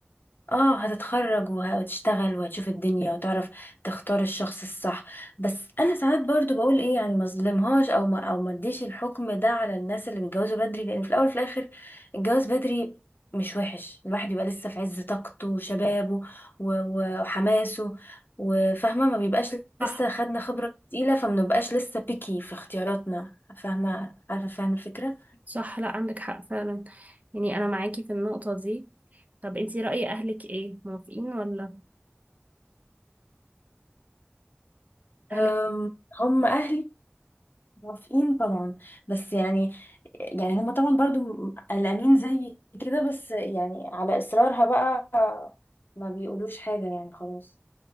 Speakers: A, on the left (about 60°); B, on the right (about 40°).
A: اه هتتخرج وه- وهتشتغل وهتشوف الدنيا وتعرف تختار الشخص الصح بس انا ساعات برضو بقول ايه يعني ما اظلمهاش او ما او ما اديش الحكم ده على الناس اللي بيتجوزوا بدري لان في الاول وفي الاخر الجواز بدري مش وحش الواحد يبقى لسه في عز طاقته وشبابه و- و- وحماسه وفاهمة ما بيبقاش
B: صح
A: لسه خدنا خبرة تقيلة فما بنبقاش لسه بيكي في اختياراتنا فاهمة عارفة فاهمة الفكرة
B: صح لا عندك حق فعلا يعني أنا معاكي في النقطة دي طب أنتي رأي أهلك إيه موافقين ولا أهلك
A: أم، هم اهلي موافقين طبعا بس يعني يعني هم طبعا برضو م- قلقانين زي كده بس يعني على اصرارها بقى ما بيقولوش حاجة يعني خلاص